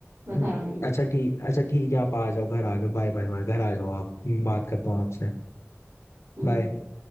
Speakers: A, on the right; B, on the left.
A: मैं
B: हम्म,
A: घर आ रही हूँ
B: अच्छा ठीक अच्छा ठीक है आप आ जाओ घर आ जाओ बाय बाय बाय घर आ जाओ आप मैं बात करता हूँ आपसे
A: हम्म
B: बाय
A: हम्म।